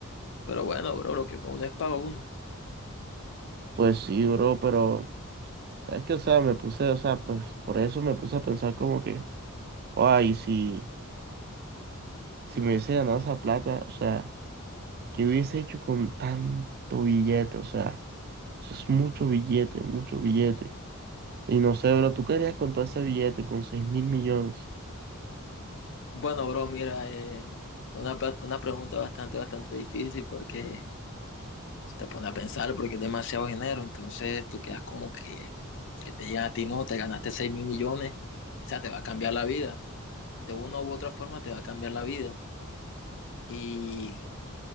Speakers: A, on the left; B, on the right.
A: Pero bueno, bro, lo que uno es para uno.
B: pues sí, bro, pero, ¿sabes qué? O sea, me puse, o sea, pues por eso me puse a pensar como que, ay, si, si me hubiese ganado esa plata, o sea, ¿qué hubiese hecho con tanto billete? O sea, eso es mucho billete, mucho billete. Y no sé, bro, ¿tú qué harías con todo ese billete, con seis mil millones?
A: Bueno, bro, mira, eh, una, pa- una pregunta bastante, bastante difícil porque te pone a pensar porque es demasiado dinero, entonces tú quedas como que, que te digan a ti, no, te ganaste 6 mil millones, o sea, te va a cambiar la vida. De una u otra forma te va a cambiar la vida. Y